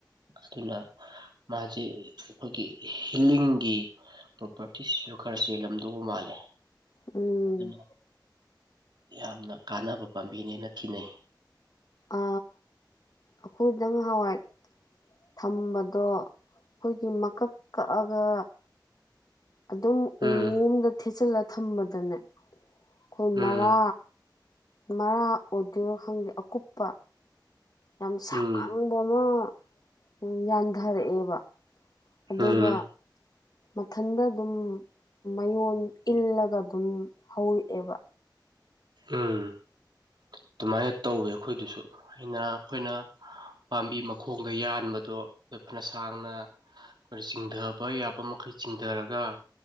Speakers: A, on the right; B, on the left.
A: ꯑꯗꯨꯅ ꯃꯥꯁ ꯑꯩꯈꯣꯏꯒꯤ ꯍꯤꯂꯤꯡꯒꯤ ꯄ꯭ꯔꯣꯄꯔꯇꯤꯁꯨ ꯈꯔ ꯆꯦꯜꯂꯝꯗꯧꯕ ꯃꯥꯜꯂꯦ
B: ꯎꯝ
A: ꯑꯗꯨꯅ ꯌꯥꯝꯅ ꯀꯥꯟꯅꯕ ꯄꯥꯝꯕꯤꯅꯦꯅ ꯈꯦꯅꯩ
B: ꯑ ꯑꯩꯈꯣꯏꯗꯪ ꯍꯋꯥꯏ ꯊꯝꯕꯗꯣ ꯑꯩꯈꯣꯏꯒꯤ ꯃꯀꯛ ꯀꯛꯑꯒ ꯑꯗꯨꯝ
A: ꯎꯝ
B: ꯎꯝꯗ ꯊꯦꯠꯆꯤꯜꯂ ꯊꯝꯕꯗꯅꯦ ꯑꯩꯈꯣꯏ
A: ꯎꯝ
B: ꯃꯔꯥ ꯃꯔꯥ ꯑꯣꯏꯗꯣꯏꯅꯣ ꯈꯪꯗꯦ ꯑꯀꯨꯞꯄ ꯌꯥꯝ ꯁꯥꯡꯕ
A: ꯎꯝ
B: ꯑꯃ ꯎ ꯌꯥꯟꯊꯔꯛꯑꯦꯕ ꯑꯗꯨꯒ
A: ꯎꯝ
B: ꯃꯊꯟꯗ ꯑꯗꯨꯝ ꯃꯌꯣꯟ ꯏꯜꯂꯒ ꯑꯗꯨꯝ ꯍꯧꯔꯛꯑꯦꯕ
A: ꯎꯝ ꯑꯗꯨꯃꯥꯏꯅ ꯇꯧꯋꯦ ꯑꯩꯈꯣꯏꯗꯨꯁꯨ ꯑꯩꯅ ꯑꯩꯈꯣꯏꯅ ꯄꯥꯝꯕꯤ ꯃꯈꯣꯡꯗ ꯌꯥꯟꯕꯗꯣ ꯑꯩꯈꯣꯏ ꯐꯅ ꯁꯥꯡꯅ ꯑꯩꯈꯣꯏꯅ ꯆꯤꯡꯊꯕ ꯌꯥꯕ ꯃꯈꯩ ꯆꯤꯡꯊꯔꯒ